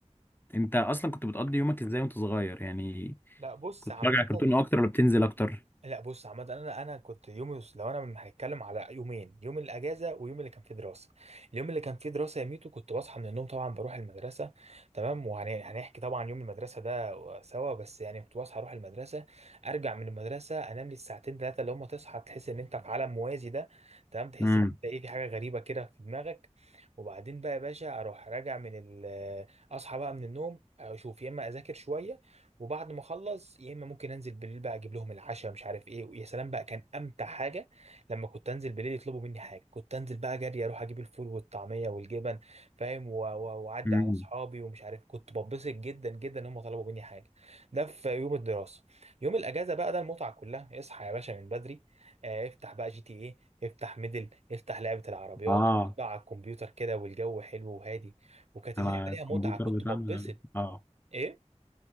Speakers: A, on the left; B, on the right.
A: انت اصلا كنت بتقضي يومك ازاي وانت صغير يعني
B: لا بص
A: كنت
B: عامة
A: بتتفرج على كرتون اكتر ولا بتنزل اكتر
B: لا بص عامة انا انا كنت يومي لو انا من هنتكلم على يومين يوم الاجازة ويوم اللي كان فيه دراسة اليوم اللي كان فيه دراسة يا ميتو كنت بصحى من النوم طبعا بروح المدرسة تمام وهنحكي طبعا يوم المدرسة ده سوا بس يعني كنت بصحى اروح المدرسة ارجع من المدرسة انام لي الساعتين ثلاثة اللي هم تصحى تحس ان انت في عالم موازي ده تمام تحس
A: امم
B: ان انت ايه في حاجة غريبة كده في دماغك وبعدين بقى يا باشا اروح راجع من ال اصحى بقى من النوم اشوف يا اما اذاكر شوية وبعد ما اخلص يا اما ممكن انزل بالليل بقى اجيب لهم العشاء مش عارف ايه ويا سلام بقى كان امتع حاجه لما كنت انزل بالليل يطلبوا مني حاجه كنت انزل بقى جري اروح اجيب الفول والطعميه والجبن فاهم و- و- واعدي
A: امم
B: على اصحابي ومش عارف كنت ببسط جدا جدا ان هم طلبوا مني حاجه ده في يوم الدراسه يوم الاجازه بقى ده المتعه كلها اصحى يا باشا من بدري آه، افتح بقى جي تي ايه افتح ميدل افتح لعبه العربيات
A: اه
B: اقعد على الكمبيوتر كده والجو حلو وهادي وكانت
A: انا
B: اللعبه ليها
A: الكمبيوتر
B: متعه كنت
A: بتاعنا
B: ببسط
A: اه
B: ايه